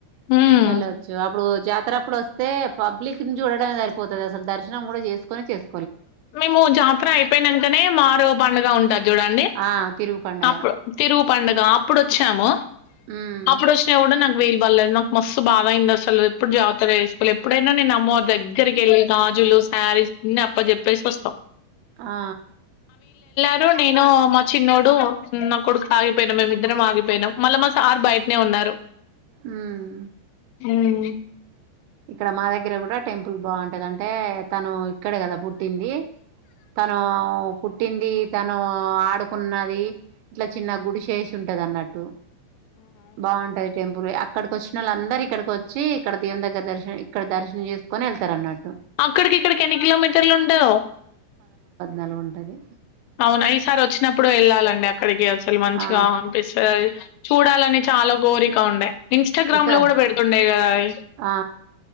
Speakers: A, on the left; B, on the right.
A: ఉమ్
B: వెళ్ళొచ్చు అప్పుడు జా తర అప్పుడు వస్తె పబ్లిక్ నీ నుంచి చూడమే సరిపోతుంది అసలు దర్శనం కూడా చేసుకుొని చేస్
A: మేము జాతర అయిపోయినంకనే మరో బండుగా ఉంటద చూడండి
B: ఆ తిరుగు పండగ
A: అప్పుడు తిరుగు పడుగ అప్పుడు వచ్చాము
B: మ్మ్
A: అప్పుడు వచ్చినా కూడా నాకు వీలు పళ్లేదు నాకు మస్తు బాధయింది అసలు ఎప్పుడు జాగతర వేసుక ఎప్పుడైనా నేను అమ్మవారి దగ్గరికి వెళ్ళి గాజుల్ సారీస్ అన్ని అప్ప చెప్ ప్పేసి వస్తాం
B: ఆ
A: ను నేను మా చిన్నోడు నా కొడుకు ఆగిపోయినా మేముమిద్దరం ఆగిపోయినాం మళ్ళా మా సార్ బయటనే ఉన్నారు
B: హ్మ్మ్
A: హ్మ్మ్
B: ఇక్కడ మా దగ్గర కూడా టెంపుల్ బాగుంటది అంటే తను ఇక్కడే కదా పుట్టింది తను పుట్టింది తను ఆడుకున్నది ఇట్లా చిన్న గుడిసె వేసి ఉంటది అన్నట్టు బాగుంటది టెంపుల్ ఇక్కడి కి వచ్చినోళ్ళందరు ఇక్కడికి వచ్చి ఇక్కడ దేవుని దగ్గర దర్శనం ఇక్కడ దర్శని చేసుకొని వెళ్ ళ్తారాన్నట్టు
A: అక్కడికి ఇక్కడికి ఎన్ని కిలోమీటర్లు ఉంటదో
B: నలాగు ఉంటది
A: అవున ఈసారి వచ్చినప్పుడు వెళ్ళాలండి అక్కడికి వెళ్ అసలు మంచిగా
B: ఆ
A: అనిపిస్తాది అది చూడాలని చాలా కోరిక ఉండే ఇన్స్టాగ్రామ్
B: ఈస ఆ
A: లో కూడా పెడుతుండే కదా అది
B: ఆ